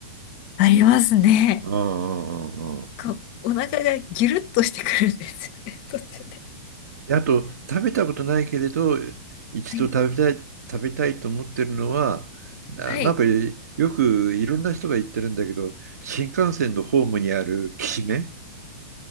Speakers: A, on the left; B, on the right.
A: <laughs> ありますね。
B: うんうんうんうん。
A: こう、お腹がギュルッとしてくるんですよね、途中で。
B: であと、食べたことないけれど、一度食べたい、
A: はい。
B: 食べたいと思ってるのは、な、
A: はい。
B: なんかよくいろんな人が言ってるんだけど、新幹線のホームにあるきしめん、